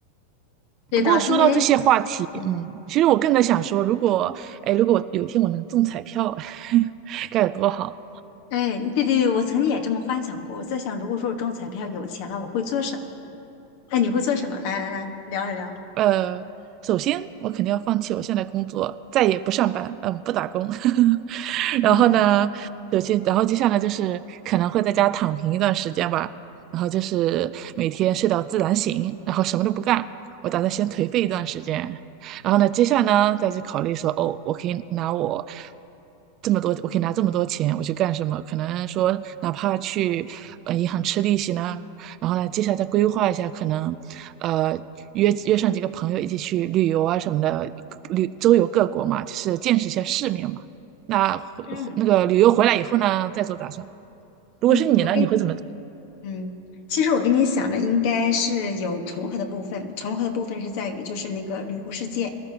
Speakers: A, on the left; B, on the right.
A: 对的，
B: 不过说到这些话题，
A: 因为嗯，
B: 嗯，其实我更在想说，如果，哎，如果有一天我能中彩票，该有多好。
A: 哎，对对对，我曾经也这么幻想过。我在想，如果说我中彩票有钱了，我会做什么？哎，你会做什么？来来来，聊一聊。
B: 呃，首先我肯定要放弃我现在工作，再也不上班，嗯，不打工。<laughs>
A: 嗯
B: 然后呢，首先，然后接下来就是可能会在家躺平一段时间吧，然后就是每天睡到自然醒，然后什么都不干。我打算先颓废一段时间，然后呢，接下来呢，再去考虑说，哦，我可以拿我这么多，我可以拿这么多钱，我去干什么？可能说，哪怕去呃银行吃利息呢，然后呢，接下来再规划一下，可能呃约约上几个朋友一起去旅游啊什么的，旅周游各国嘛，就是见识一下世面嘛。那回回那个旅游回来以后呢，
A: 嗯
B: 再做打算。如果是你呢，
A: 嗯，我跟你。
B: 你会怎么做？
A: 嗯，其实我跟你想的应该是有重合的部分，重合的部分是在于就是那个旅游世界。